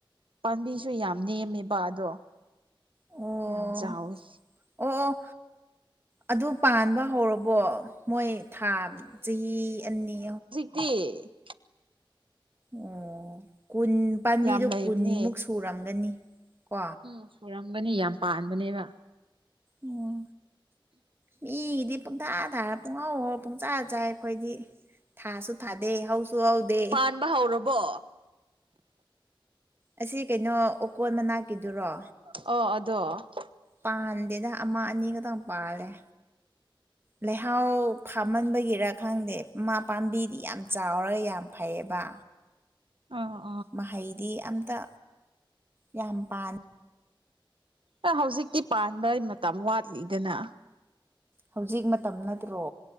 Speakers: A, on the right; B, on the right.
A: ꯄꯥꯝꯕꯤꯁꯨ ꯌꯥꯝ ꯅꯦꯝꯃꯦꯕ ꯑꯗꯣ
B: ꯅꯦꯝꯃꯦꯕ ꯑꯗꯣ ꯑꯣ
A: ꯌꯥꯝ ꯆꯥꯎꯋꯤ
B: ꯑꯣ ꯑꯣ ꯑꯗꯨ ꯄꯥꯟꯕ ꯍꯧꯔꯕꯣ ꯃꯣꯏ ꯊꯥ ꯆꯍꯤ ꯑꯅꯤ
A: ꯇ
B: ꯑꯣ ꯀꯨꯟ ꯄꯥꯝꯕꯤꯗꯣ
A: ꯌꯥꯝ ꯂꯩꯕꯅꯦ
B: ꯀꯨꯟꯃꯨꯛ ꯁꯨꯔꯝꯒꯅꯤ ꯀꯣ
A: ꯎ ꯁꯨꯔꯝꯒꯅꯤ ꯌꯥꯝ ꯄꯥꯟꯕꯅꯦꯕ
B: ꯑꯣ ꯃꯤ ꯏꯗꯤ ꯄꯣꯛꯙꯥꯙꯥ ꯄꯉꯥ ꯄꯨꯡꯆꯥꯥ ꯆꯥꯏ ꯑꯩꯈꯣꯏꯗꯤ ꯊꯥꯁꯨ ꯊꯥꯗꯦ ꯍꯧꯁꯨ ꯍꯧꯗꯦ
A: ꯆꯟꯥꯟꯕ ꯍꯧꯔꯕꯣ
B: ꯑꯁꯤ ꯀꯩꯅꯣ ꯑꯣꯀꯣꯟ ꯃꯅꯥꯛꯀꯤꯗꯨꯔꯣ
A: ꯑꯣ ꯑꯗꯣ
B: ꯄꯥꯟꯗꯦꯗ ꯑꯃ ꯑꯅꯤꯈꯛꯇꯪ ꯄꯥꯜꯂꯦ ꯂꯩꯍꯥꯎ ꯐꯥꯝꯃꯟꯕꯒꯤꯔ ꯈꯪꯗꯦ ꯃꯥ ꯄꯥꯝꯕꯤꯗꯤ ꯌꯥꯝ ꯆꯥꯎꯔꯒ ꯌꯥꯝ ꯐꯩꯌꯦꯕ
A: ꯑ ꯍꯣ
B: ꯃꯍꯩꯗꯤ ꯑꯝꯇ ꯌꯥꯝ ꯄ
A: ꯑ ꯍꯧꯖꯤꯛꯇꯤ ꯄꯥꯟꯕꯩ ꯃꯇꯝ ꯋꯥꯠꯂꯤꯗꯅ
B: ꯍꯧꯖꯤꯛ ꯃꯇꯝ ꯅꯠꯇ꯭ꯔꯣ